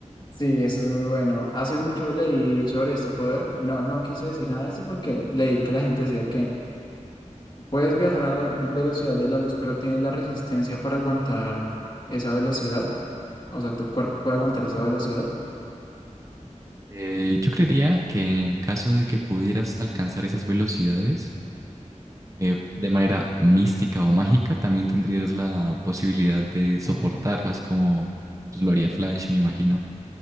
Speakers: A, on the left (about 40°); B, on the right (about 25°).
A: Sí, eso es muy bueno. Hace mucho leí sobre este poder. No, no quise decir nada de este porque leí que la gente decía que puedes viajar a la velocidad de la luz, pero tienes la resistencia para aguantar esa velocidad. O sea, tu cuerpo puede aguantar esa velocidad.
B: Eh, yo creería que en el caso de que pudieras alcanzar esas velocidades eh, de manera mística o mágica, también tendrías la posibilidad de soportarlas
A: Ujú.
B: como pues, lo haría Flash, me imagino.